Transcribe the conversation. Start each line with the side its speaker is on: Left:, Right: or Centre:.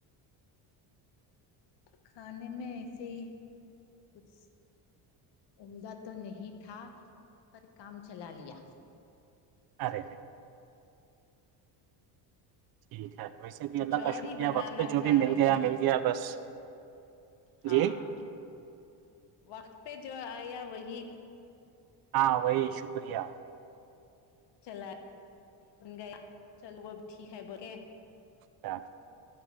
Left: کھانے میں ایسے ہی کچھ عمدہ تو نہیں تھا اور کام چلا لیا
Right: ارےے ٹھیک ہے ویسے بھی
Left: کچھ
Right: اللہ کا
Left: اور
Right: شکریہ
Left: ہی بنانا
Right: وقت پہ جو
Left: چاہ
Right: بھی مل
Left: رہے
Right: گیا
Left: تھے
Right: مل گیا بس
Left: ہاں
Right: جی
Left: وقت پہ جو آیا وہی
Right: ہاں وہی شکریہ
Left: چل گیا چل وہ بھی ٹھیک ہے بکے
Right: اچا